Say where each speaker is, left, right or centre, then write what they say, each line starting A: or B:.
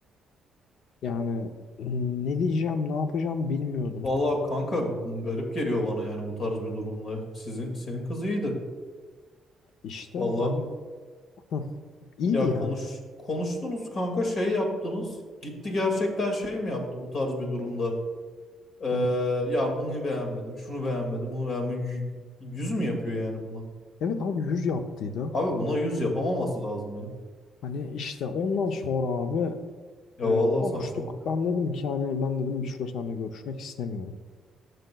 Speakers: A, on the left; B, on the left.
A: Yani ne diyeceğim, ne yapacağım bilmiyordum.
B: Vallahi kanka garip geliyor bana yani bu tarz bir durumda. Sizin senin kız iyiydi.
A: İşte
B: Vallahi
A: hani hı, iyiydi
B: ya
A: yani.
B: konuş konuştunuz kanka şey yaptınız. Gitti gerçekten şey mi yaptı bu tarz bir durumda? Ee,
A: Hani
B: ya bunu beğenmedim, şunu beğenmedim, bunu beğenmedim. Yü- Yüz mü yapıyor yani buna?
A: evet abi yüz yaptıydı.
B: Abi buna yüz yapamaması lazım ya.
A: Hani işte ondan sonra abi
B: Ya
A: e,
B: vallahi
A: konuştuk.
B: saçmalık.
A: Ben dedim ki hani ben dedim bir süre seninle görüşmek istemiyorum.